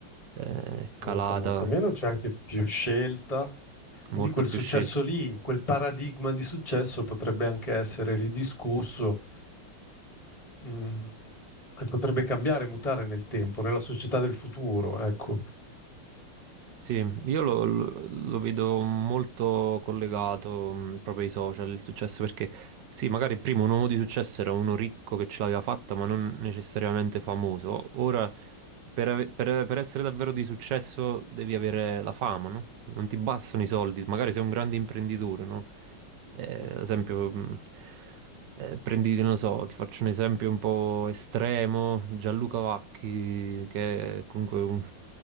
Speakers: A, on the right; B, on the left.
A: eh, è
B: Molta,
A: calata,
B: molta meno, c'è anche più scelta. Quindi
A: molta
B: quel
A: più
B: successo
A: scelta.
B: lì, quel paradigma di successo potrebbe anche essere ridiscusso, mm, e potrebbe cambiare, mutare nel tempo, nella società del futuro, ecco.
A: Sì, io lo, lo- lo vedo molto collegato mh, proprio ai social, il successo, perché sì, magari prima un uomo di successo era uno ricco che ce l'aveva fatta, ma non necessariamente famoso. Ora, per, ave- per- per essere davvero di successo devi avere la fama, no? Non ti bastano i soldi, magari sei un grande imprenditore, no? Eh,
B: Mm,
A: ad esempio, mh, eh, prendi, non lo so, ti faccio un esempio un po' estremo, Gianluca Vacchi, che è comunque un-